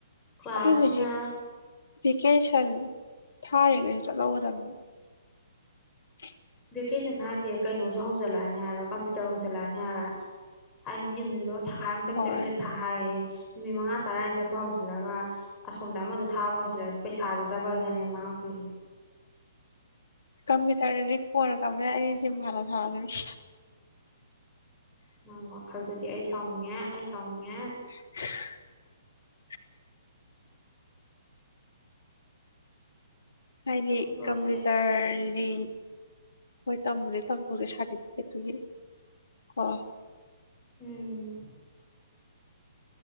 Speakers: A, on the left (about 15°); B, on the left (about 60°).
A: ꯀ꯭ꯂꯥꯁꯁꯤꯅ
B: ꯈꯣꯢ ꯍꯧꯖꯤꯛ ꯚꯦꯀꯦꯁꯟ ꯊꯥꯔꯤꯉꯩꯗ ꯆꯠꯍꯧꯒꯗꯕꯅꯤ <inaudible>
A: ꯚꯦꯀꯦꯁꯟ ꯍꯥꯏꯁꯦ ꯀꯩꯅꯣꯁꯨ ꯍꯧꯖꯜꯂꯛꯑꯅꯤ ꯍꯥꯏꯕ ꯀꯝꯄ꯭ꯌꯨꯇꯔ ꯍꯧꯖꯜꯂꯛꯑꯅꯤ ꯍꯥꯏꯕ ꯍꯥꯏꯗꯤ ꯖꯤꯝꯗꯣ ꯊꯥ ꯑꯃꯇꯪ
B: ꯍꯣꯏ
A: ꯆꯠꯂꯦ ꯊꯈꯥꯏꯌꯦ ꯅꯨꯃꯤꯠ ꯃꯉꯥ ꯇꯔꯥꯅꯤ ꯆꯠꯄ ꯍꯧꯖꯤꯜꯂꯒ ꯑꯁꯣꯝꯗ ꯑꯃꯗ ꯊꯥꯕ ꯍꯧꯖꯤꯜꯂ ꯄꯩꯁꯥꯗꯨ ꯗꯕꯜꯗꯅꯦꯕ ꯃꯥꯡꯉꯛ ꯇꯣꯏꯁꯦ
B: ꯀꯝꯄꯨꯇ꯭ꯔ ꯗꯤ ꯀꯣꯟꯅ ꯇꯝꯕ ꯌꯥꯏ ꯑꯩꯗꯤ ꯖꯤꯡ ꯍꯥꯟꯅ ꯁꯟꯅꯅꯤ
A: ꯅꯪ ꯋꯥꯈꯜꯗꯨꯗꯤ ꯑꯩꯁ ꯁꯥꯎꯅꯤꯡꯉꯦ ꯑꯩ ꯁꯥꯎꯅꯤꯡꯉꯦ
B: <inaudible> ꯍꯥꯏꯗꯤ
A: ꯑꯗꯣ
B: ꯀꯝꯄ꯭ꯌꯨꯇꯔꯗꯤ
A: ꯑꯩꯁꯦ
B: ꯍꯣꯏ ꯇꯝꯕꯨꯗꯤ ꯇꯝ ꯍꯧꯖꯤꯛ ꯁꯥꯗꯤꯕꯤꯖꯦꯠ ꯇꯨꯒꯤ ꯀꯣ
A: ꯎꯝ